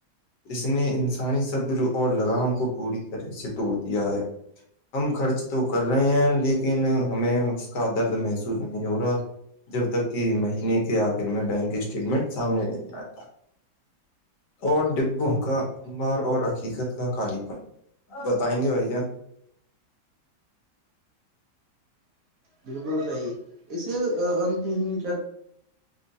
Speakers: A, on the left; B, on the right.
A: اس نے انسانی صبر اور لگام کو پوری طرح سے توڑ دیا ہے ہم خرچ تو کر رہے ہیں لیکن ہمیں اس کا درد محسوس نہیں ہو رہا جب تک کہ مہینے کے آخر میں بینک اسٹیٹمنٹ سامنے نہیں آتا اور ڈبوں کا انمبار اور حقیقت کا خالی پن بتائیں گے بھائی جان
B: بالکل صحیح اس <inaudible>